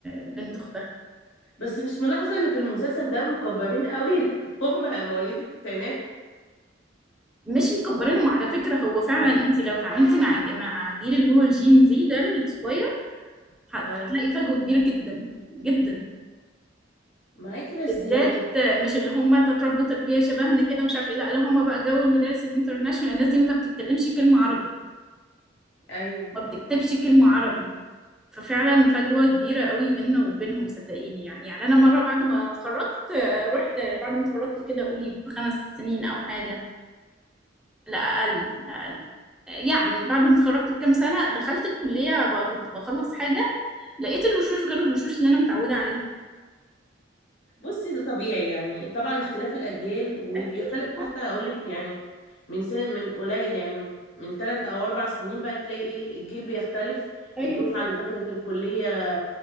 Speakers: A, in the centre; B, on the left.
A: بنت اختها
B: بس مش ملاحظة ان في المسلسل ده مكبرين قوي <laughs> هم مواليد التسعينات
A: مش مكبرينهم على فكره هو فعلا
B: مم.
A: انت لو اتعاملتي مع مع جيل اللي هو الجين زي ده الصغير ه- هتلاقي
B: اه
A: فجوه كبيره جدا جدا
B: معاكي بس
A: بالذات
B: يعني
A: مش اللي هم تتربوا تربيه شبهنا كده مش عارفه ايه لا لا هم بقى جو المدارس الانترناشونال الناس دي ما بتتكلمش كلمه عربي
B: ايوه
A: ما بتكتبش كلمه عربي ففعلا فجوه كبيره قوي بيننا وبينهم صدقيني يعني يعني انا مره بعد ما اتخرجت آه، رحت بعد ما اتخرجت كده قولي بخمس سنين او حاجه لا أقل لا أقل يعني بعد ما اتخرجت بكام سنة دخلت الكلية بقى كنت بخلص حاجة لقيت الوشوش غير الوشوش اللي أنا متعودة عليها
B: بصي ده طبيعي يعني طبعا اختلاف الأجيال وبيختلف
A: أكيد
B: حتى أقولك يعني من سن من قليل يعني من من ثلاث أو أربع سنين بقى تلاقي إيه الجيل بيختلف
A: أيوه
B: الدفعة
A: بالظبط
B: اللي دخلت الكلية